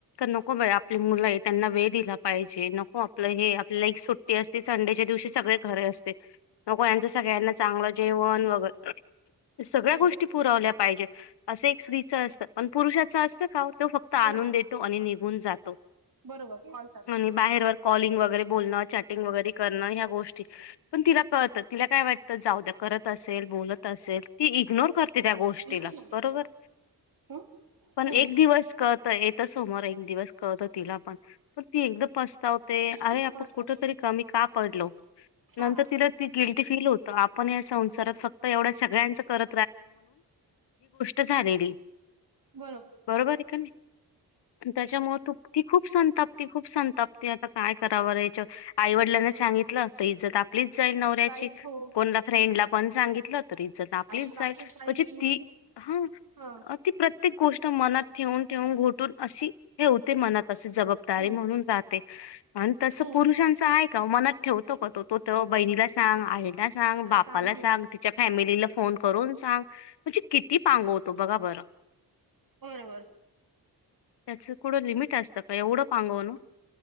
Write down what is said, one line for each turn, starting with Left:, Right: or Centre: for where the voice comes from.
Left: नको बाई आपली मुलं आहे त्यांना वेळ दिला पाहिजे नको आपलं हे आपल्याला एक सुट्टी असते संडेच्या दिवशी सगळे घरी असते नको यांचं सगळ्यांना चांगलं जेवण वगैरे सगळ्या
Right: हम्म
Left: गोष्टी पुरवल्या पाहिजेत असं एक स्त्रीच असत आणि पुरुषाच असतं का तो फक्त आणून
Right: हा
Left: देतो आणि निघून जातो
Right: बरोबर कॉल चालू
Left: आणि बाहेर कॉलींग वगैरे बोलन चॅटिंग वगैरे करून ह्या गोष्टी पण तीला कळतं तीला काय वाटतं जावू द्या करत असेल बोलत असेल ती इग्नोर करते त्या गोष्टीला
Right: हं?
Left: बरोबर.
Right: हं.
Left: पण
Right: हो.
Left: एक दिवस कळतं येत समोर एक दिवस कळतं तिला पण पण ती एकदिवस पचतावते अरे
Right: मस्त.
Left: आपण कुठं तरी कमी का पडलो
Right: हा.
Left: नंतर तिला ती गिल्टी फील होत आपण या संसारात फक्त एवढ्या सगळ्यांच कर झालेली
Right: हो
Left: बरोबर आहे का नाही त्याच्यामुळे तु ती खूप संतापती खूप संतापती आता काय करावरे आईवडिलांने सांगितलं तर इज्जत आपलीच जाईल नवऱ्याची
Right: जाईल हो.
Left: कोणला फ्रेंडला पण सांगितलं तर इज्जत आपलीच
Right: ताई
Left: जाईल म्हणजे
Right: जेवलीस
Left: ती हा
Right: हो
Left: अ, ती प्रत्येक गोष्ट मनात ठेवून ठेवून घ अशी ठेवते मनात. जबाबदारी
Right: हं.
Left: म्हणून राहते आणि तस
Right: हं.
Left: पुरुषांच आहे का मनात ठेवतो का तो. तो त बहिणीला सांग आहे. जा सांग
Right: त्याला
Left: बापाला सांग
Right: हं.
Left: तिच्या फॅमिलीला फोन करून सांग म्हणजे किती पांगवतो बघा बरं
Right: होय होय.
Left: असं कुठं लिमिट असतं का एवढं पांगवन.